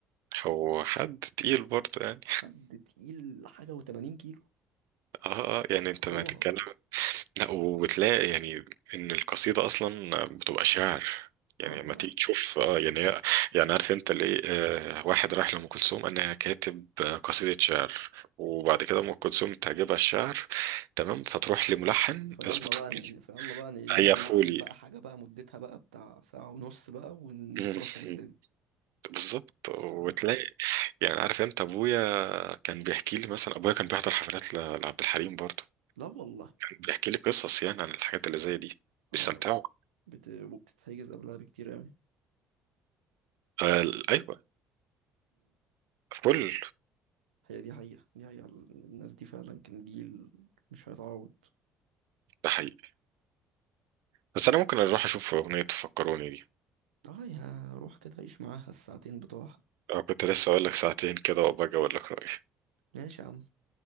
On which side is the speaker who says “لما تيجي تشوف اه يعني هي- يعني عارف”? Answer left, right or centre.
Right